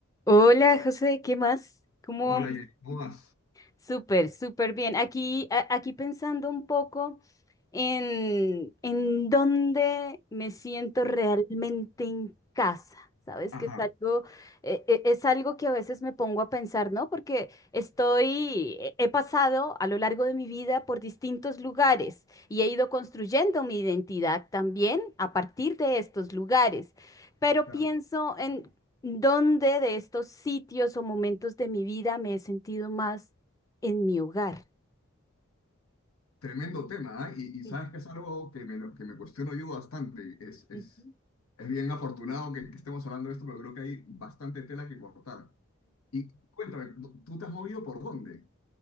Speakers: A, on the left (about 15°); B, on the left (about 85°).
A: Hola, José, ¿qué más? ¿Cómo
B: Hola,
A: vamos?
B: Hola,
A: Súper, súper bien. Aquí, a- aquí pensando un poco en, en dónde me siento realmente en casa. Sabes
B: ajá,
A: que es algo, e- e- es algo que a veces me pongo a pensar, ¿no? Porque estoy, he he pasado a lo largo de mi vida por distintos lugares y he ido construyendo mi identidad también a partir de estos lugares. Pero
B: claro.
A: pienso en dónde de estos sitios o momentos de mi vida me he sentido más en mi hogar.
B: Tremendo tema, ¿ah? Y, y sabes
A: Ujú,
B: que es algo que me, lo- que me cuestiono yo bastante. Es, es,
A: ujú.
B: es bien afortunado que, que estemos hablando de esto, pero creo que hay bastante tela que cortar. Y cuéntame, ¿tú te has movido por dónde?